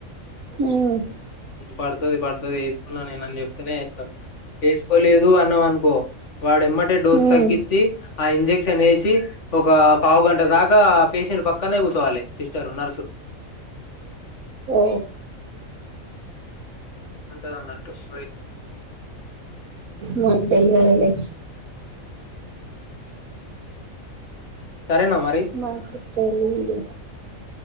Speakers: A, on the right (about 85°); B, on the left (about 60°).
A: ఉమ్
B: పడుతుంది పడుతుంది వేసుకున్నా నేను అని చెప్తేనే వేస్తారూ వేసుకోలేదు అన్నాం అనుకో వాడెమ్మటే డోస్
A: ఉమ్
B: తగ్గించి ఆ ఇంజక్షన్ ఎక్షన్ వేసి ఒక పావు గంట దాకా పేషెంట్ పక్కనే కూర్చోవాలి సిస్టర్ నర్సు
A: ఓ
B: ఉంటంది అన్నట్టు స
A: నాకు తెలవదు లే
B: సరేనా మరి
A: మాకు తెలీదు